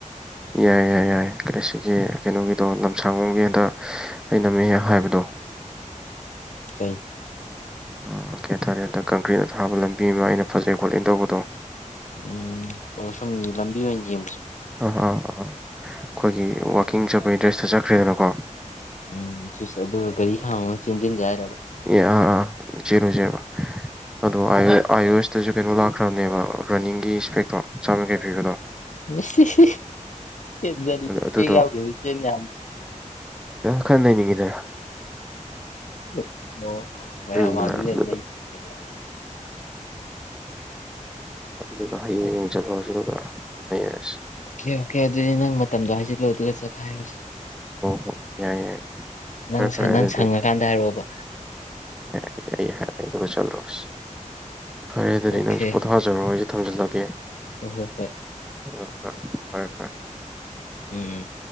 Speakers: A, in the centre; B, on the left (about 65°).
A: ꯌꯥꯏ ꯌꯥꯏ ꯌꯥꯏ ꯀ ꯁꯤꯒꯤ ꯀꯩꯅꯣꯒꯤꯗꯣ ꯂꯝꯁꯥꯡꯕꯣꯝꯒꯤ ꯍꯟꯗ ꯑꯩꯅꯝꯃꯦ ꯍꯥꯏꯕꯗꯣ
B: ꯏꯁꯩ
A: ꯑꯣ ꯀꯌꯥ ꯇꯔꯦ ꯑꯟꯗ ꯀꯪꯀ꯭ꯔꯤꯠꯅ ꯊꯥꯕ ꯂꯝꯕꯤ ꯑꯃ ꯑꯩꯅ ꯐꯖꯩ ꯈꯣꯠꯂꯦ ꯇꯧꯕꯗꯣ
B: ꯎꯝ ꯑꯣ ꯁꯨꯝ ꯂꯝꯕꯤ ꯑꯣꯏꯅ ꯌꯦ
A: ꯎ ꯑ ꯑꯝ ꯑꯩꯈꯣꯏꯒꯤ ꯋꯥꯛꯀꯤꯡ ꯆꯠꯄꯒꯤ ꯗ꯭ꯔꯦꯁꯇ ꯆꯠꯈ꯭ꯔꯦꯗꯅꯀꯣ
B: ꯎꯝ ꯑꯗꯨꯒ ꯒꯥꯔꯤ ꯈꯥ ꯃꯒ ꯆꯦꯟꯁꯤꯟꯖꯦ ꯍꯥꯏꯔꯕ
A: ꯑꯦ ꯑ ꯑꯥ ꯆꯦꯜꯂꯣ ꯆꯦꯜꯂꯣ ꯑꯗꯣ ꯑꯥꯏꯌ ꯑꯣ ꯑꯦꯁꯇꯁꯨ ꯀꯩꯅꯣ ꯂꯥꯛꯈ꯭ꯔꯕꯅꯦꯕ ꯔꯟꯅꯤꯡꯒꯤ ꯏꯁꯄꯦꯛꯇꯣ ꯆꯥꯝꯌꯥꯡꯈꯩ ꯄꯤꯕꯗꯣ
B: ꯢꯁ ꯢꯁ ꯁꯄꯦꯛ ꯌꯥꯎꯗꯔꯁꯨ
A: ꯑꯗꯨꯗꯣ
B: ꯆꯦꯟꯕ ꯌꯥꯕꯅꯤ
A: ꯈꯤꯇꯪ ꯈꯔ ꯅꯩꯅꯤꯡꯉꯤꯗꯅ
B: ꯊ ꯑꯣ ꯃꯌꯥꯝ
A: ꯑꯗꯨꯗꯨꯅ
B: ꯃꯥꯡꯗꯨꯗ
A: ꯑꯗꯨꯗ
B: ꯅꯩꯒꯦꯕ
A: ꯑꯗꯨ ꯍꯌꯦꯡ ꯆꯂꯨꯔꯁꯦ ꯑꯗꯨꯒ ꯂꯩꯔꯁꯤ
B: ꯑꯣꯀꯦ ꯑꯣꯀꯦ ꯑꯗꯨꯗꯤ ꯅꯪ ꯃꯇꯝꯗꯣ ꯍꯥꯏꯖꯤꯜꯂꯣ ꯑꯗꯨꯒ ꯆꯠꯈꯥꯏꯔꯁꯦ
A: ꯑꯣ ꯌꯥꯏ ꯌꯥꯏ
B: ꯅꯪ
A: ꯐꯔꯦ ꯐꯔꯦ
B: ꯅꯪ
A: ꯑꯗꯨꯗꯤ
B: ꯁꯪꯉꯀꯥꯟꯗ ꯍꯥꯏꯔꯛꯑꯣꯕ
A: ꯑꯩ ꯑꯩ ꯍꯥꯏꯔꯒꯦ ꯑꯗꯨꯒ ꯆꯜꯂꯣꯁꯤ ꯐꯔꯦ ꯑꯗꯨꯗꯤ
B: ꯑꯣꯀꯦ
A: ꯅꯪꯁꯨ ꯄꯣꯊꯥꯖꯔꯣ ꯑꯩꯁꯨ ꯊꯝꯖꯤꯜꯂꯒꯦ
B: ꯍꯣꯏ ꯍꯣꯏ ꯍꯣꯏ
A: ꯎꯝ ꯍꯣꯏ ꯐꯔꯦ ꯐꯔꯦ
B: ꯎꯝ